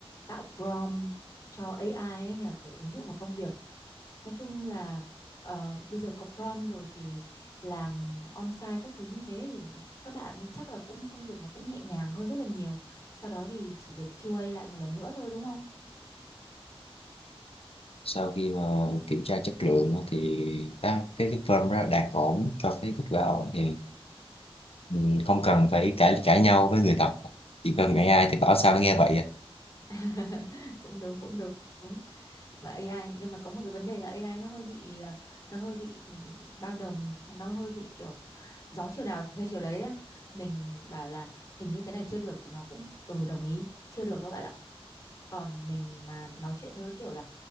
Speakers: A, on the left; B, on the left.
A: tạo prompt cho AI ấy nhở, để ứng dụng vào công việc. Nói chung là ờ, bây giờ có prom rồi thì làm on-site các thứ như thế thì các bạn ấy chắc là cũng công việc nó cũng nhẹ nhàng hơn rất là nhiều. Sau đó thì chỉ việc QA lại một lần nữa thôi đúng không?
B: sau khi mà kiểm tra chất lượng á, thì ta, cái cái form đó đạt ổn cho cái kết quả ổn thì ừ, không cần phải cãi cãi nhau với người thật chỉ cần AI thì bảo sao nó nghe vậy à.
A: <laughs> Cũng đúng cũng đúng. Đúng. Mà AI nhưng mà có một cái vấn đề là AI nó hơi bị ờ, nó hơi bị ừ, bao đồng, nó hơi bị kiểu gió chiều nào theo chiều đấy á. Mình bảo là hình như cái này chưa được thì nó cũng ừ đồng ý chưa được đâu bạn ạ. Còn mình mà nói chuyện theo cái kiểu là